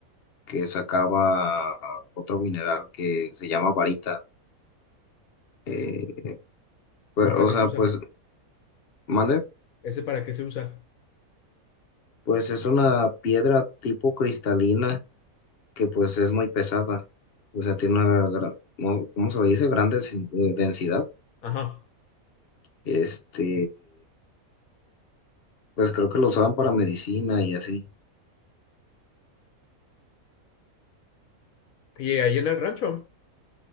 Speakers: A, on the left; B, on the left.
A: que sacaba otro mineral que se llama varita. Eh, pues,
B: ¿Ese para
A: o
B: qué
A: sea,
B: se usa?
A: pues, mande,
B: ¿Ese para qué se usa?
A: pues es una piedra tipo cristalina que pues es muy pesada. O sea, tiene una gran, ¿cómo se le dice? Gran densi- eh, densidad.
B: Ajá.
A: Este, Pues creo que lo usaban para medicina y así,
B: Y ahí en el rancho